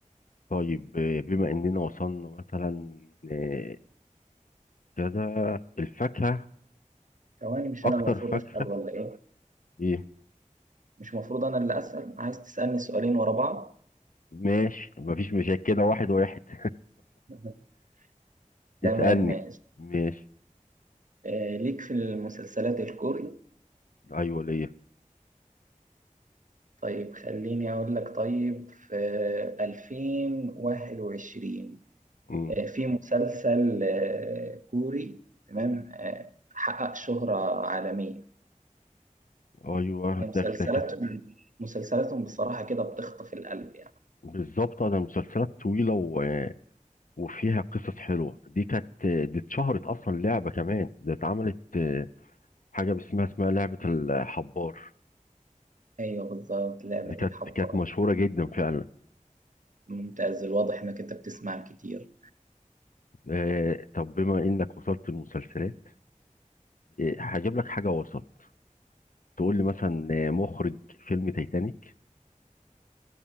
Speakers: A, on the left (about 75°); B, on the right (about 65°).
A: طيب آه، بما اننا وصلنا مثلا آه، كذا الفاكهه
B: ثواني مش
A: اكتر
B: انا المفروض
A: فاكهه
B: اسال ولا ايه
A: ايه
B: مش المفروض انا اللي اسال عايز تسالني سؤالين ورا بعض
A: ماشي مفيش مشاكل كده واحد واحد <laughs>
B: <laughs> تمام
A: اسألني
B: ماشي
A: ماشي
B: آه ليك في المسلسلات الكوري
A: ايوه ليا
B: طيب خليني أقول لك طيب في 2021
A: مم.
B: آه، في مسلسل آه، كوري تمام آه، حقق شهرة عالمية
A: ايوه
B: هي مسلسلاتهم
A: دكدكة
B: مسلسلاتهم بصراحة كده بتخطف القلب يعني
A: بالظبط انا مسلسلات طويلة و... وفيها قصص حلوة دي كانت دي اتشهرت اصلا لعبة كمان ده اتعملت آه، حاجة اسمها اسمها لعبة الحبار
B: أيوه بالظبط لعبة
A: دي كانت
B: الحبار
A: كانت مشهورة جدا فعلا
B: ممتاز الواضح إنك أنت بتسمع كتير
A: آه، طب بما انك وصلت المسلسلات هجيب لك حاجة وسط تقول لي مثلا آه، مخرج فيلم تايتانيك